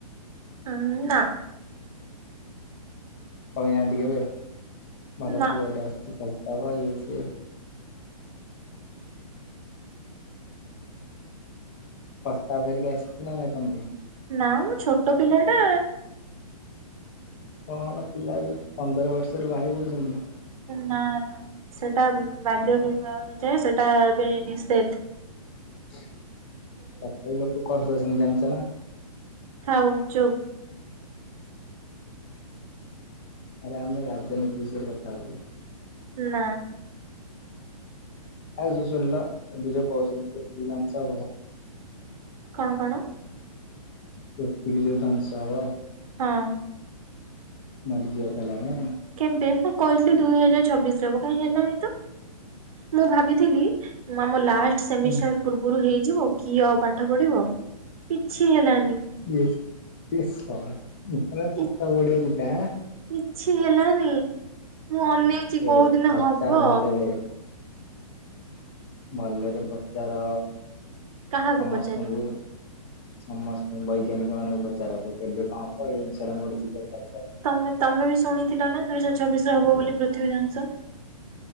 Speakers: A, on the right; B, on the left.
A: ଉଁ ନାଁ।
B: କହିନାହାନ୍ତି କେବେ ଭଲ
A: ନା
B: ପୁଅଟେ ଆସିଛି ପସ୍ତାବ ଇଏ ସିଏ। ପ୍ରସ୍ତାବ ଧରିକି ଆସିଛି ନା ନାଇଁ ତମପେଇଁ?
A: ନା ମୁଁ ଛୋଟ ପିଲା ଟା।
B: କଣ ପିଲା ଏଇ ପନ୍ଦର ବର୍ଷରୁ ବାହାହେଇ ପଡୁଛନ୍ତି।
A: ନା ନା ସେଟା ବାଲ୍ୟ ବିବାହରେ ଯାଏ ସେଟା ଏବେ ନିଶେଧ।
B: ତଥାପି ଲୋକ କରଦଉଛନ୍ତି ଜାଣିଛ ନା?
A: ଥାଉ ଚୁପ୍।
B: ଆରେ ଆମେ ରାଜନୀତି ବିଷୟରେ କଥା ହଉଛେ।
A: ନା।
B: ଆଉ ଶୁଣିଲ ଏବେ ଯୋଉ କହୁଛନ୍ତି ଜାଣିଛ <inaudible>
A: କଣ କଣ?
B: ପୃଥିବୀ ଜଉ ଧ୍ବଂସ ହବ।
A: ହଁ।
B: ମରିଯିବା ତାହାଲେ ଆମେ?
A: କେବେ ମୁଁ କହିଥିଲି ଦୁଇ ହଜାର ଛବିଶରେହବ କାଇଁ ହେଲାନି ତ। ମୁଁ ଭାବିଥିଲି ଆମ ଲାଷ୍ଟ ସେମିଷ୍ଟାର
B: ହୁଁ ହୁଁ।
A: ପୂର୍ବରୁ ହେଇଯିବ କି ଆଉ ପାଠ ପଢିବ କିଛି ହେଲାନି।
B: ଇଏ ଇଏ ଶଳା ଏଭଳିଆ
A: କି
B: ପାଠ ପଢ଼ିବା ଚିନ୍ତା ଆଁ।
A: କିଛି ହେଲାନି। ମୁଁ ଅନେଇଛି
B: ଏ
A: କୋଉ ଦିନ
B: ପ୍ରଚାର
A: ହବ।
B: ଭଲରେ ଭଲରେ ପଚାର
A: କାହାକୁ
B: ସମସ୍ତଙ୍କୁ।
A: ପଚାରିବି।
B: ସମସ୍ତେ ବୈଜ୍ଞାନିକ ମାନଙ୍କୁ ପଚାର କୁହ କେବେ କଣ ହବ ଏଇ ଅନୁସାରେ ମୋ ଚିକେନ କାଟି କରିଦବା
A: ତମେ ତମେ ବି ଶୁଣିଥିଲ ନା ଦୁଇ ହଜାର ଛବିଶରେ ହବ ବୋଲି ପୃଥିବୀ ଧ୍ୱଂସ।